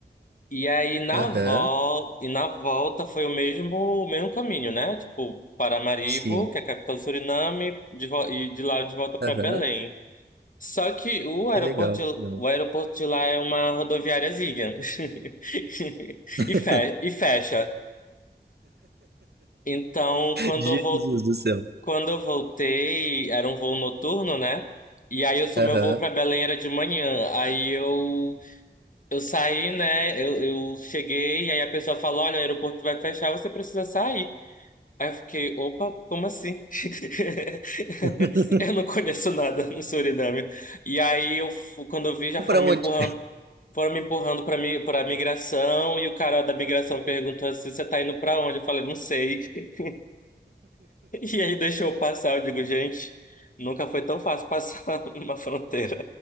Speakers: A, on the left (about 50°); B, on the right (about 65°).
A: E aí na
B: Aham.
A: vol e na volta foi o mesmo o mesmo caminho, né? Tipo, Paramaribo,
B: Sim.
A: que é a capital do Suriname, de vo- e de lá de volta para
B: Aham.
A: Belém. Só que o aeroporto
B: Que legal.
A: de,
B: que legal.
A: o aeroporto de lá é uma rodoviáriazinha. <laughs>
B: <laughs>
A: E fe- e fecha. Então, quando
B: Jesus
A: eu vol
B: do céu.
A: quando eu voltei, era um voo noturno, né? E aí eu sou
B: Aham.
A: meu voo para Belém era de manhã. Aí eu Eu saí, né? Eu, eu cheguei, e aí a pessoa falou: Olha, o aeroporto vai fechar, você precisa sair. Aí eu fiquei: Opa, como assim? <laughs>
B: <laughs>
A: Eu não conheço nada no Suriname. E aí, eu, fu- quando eu vi, já foram
B: Para onde?
A: me empurrando. Foram me empurrando para mim, para migração e o cara da migração perguntou assim: Você tá indo para onde? Eu falei: Não sei. <laughs> E aí deixou eu passar. Eu digo: Gente, nunca foi tão fácil passar <laughs> numa fronteira